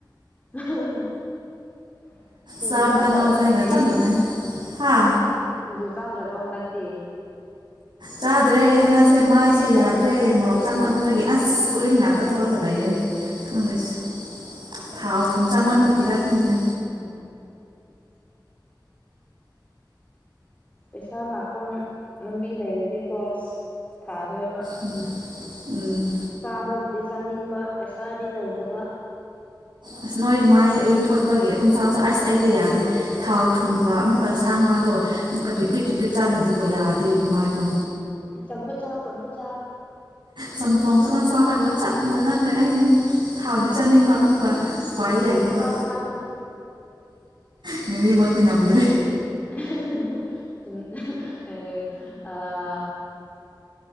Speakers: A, on the left; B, on the right.
A: ꯑ ꯍ ꯍ ꯁꯤꯡꯖꯨ
B: ꯆꯥꯕꯗ
A: ꯆꯥꯗ꯭ꯔꯕꯣ
B: ꯉꯥꯎꯖꯩꯒ
A: ꯅꯣꯏꯗꯤ
B: ꯆꯞ ꯃꯥꯟꯅꯩ ꯍꯥ
A: ꯁꯤꯡꯖꯨ ꯆꯥꯗ꯭ꯔꯕꯣ ꯍꯟꯗꯛꯇꯤ
B: ꯆꯥꯗ꯭ꯔꯦ ꯍꯟꯗꯛꯁꯦ ꯃꯥꯏꯁꯦ ꯌꯥꯗ꯭ꯔꯦ ꯃꯣꯔꯣꯛ ꯆꯥꯃꯟꯕꯒꯤ ꯑꯁ ꯎꯔꯤꯡ ꯉꯥꯛꯇ ꯊꯣꯛꯑꯒ
A: ꯎꯝ
B: ꯂꯩꯔꯦ ꯈꯪꯗꯦꯁ
A: ꯎꯝ
B: ꯊꯥꯎ ꯊꯨꯝ ꯆꯥꯃꯟꯕꯒꯤꯔ ꯈꯪꯗ꯭ꯔꯦ
A: ꯎꯝ ꯄꯩꯁꯥ ꯂꯥꯛ ꯄꯝ ꯂꯝꯕꯤ ꯂꯩꯔꯗꯤꯀꯣ ꯑꯁ ꯐꯥꯗꯣꯏꯕ
B: ꯎꯝ ꯎꯝ
A: ꯆꯥꯕꯕꯨꯗꯤ ꯆꯥꯅꯤꯡꯕ ꯄꯩꯁꯥꯗꯤ ꯂꯩꯇꯕ
B: ꯑꯁ ꯅꯣꯏ ꯃꯥꯏꯗꯤ ꯎꯔꯤꯡ ꯊꯣꯛꯇꯕꯒꯤ ꯄꯪꯆꯥꯁꯨ ꯑꯁ ꯑꯩꯗꯤ ꯌꯥꯗꯦ ꯊꯥꯎ ꯊꯨꯝꯒ ꯑꯃꯨꯛꯀ ꯁꯥ ꯉꯥꯗꯣ ꯑꯃꯨꯀ ꯄꯤꯠ ꯔꯤꯄꯤꯠ ꯆꯥꯈ꯭ꯔꯗꯤꯀꯣ ꯌꯥ ꯑꯩꯒꯤ ꯃꯥꯏꯗꯣ
A: ꯆꯝꯐꯨꯠ ꯆꯥꯎ ꯆꯝꯐꯨꯠ ꯆꯥꯎ
B: ꯁꯨꯝ ꯊꯣꯡꯁ ꯊꯣꯡꯁ ꯍꯥꯏꯕ ꯆꯞ ꯃꯥꯟꯅꯈ꯭ꯔꯦ ꯑꯩ ꯊꯥꯎꯗꯤ ꯆꯥꯅꯤꯡꯕ ꯑꯃꯨꯛꯀ ꯎꯄꯥꯏꯗꯤ
A: ꯉꯥꯔꯤ
B: ꯂꯩꯇꯕ
A: ꯐꯥꯎ ꯆꯥꯒꯅꯨ
B: ꯉꯥꯔꯤꯃꯛꯇꯤ ꯉꯝꯗ꯭ꯔꯦ
A: ꯑꯍ ꯑꯍ ꯑꯍ ꯆꯨꯝ ꯑ ꯑꯥ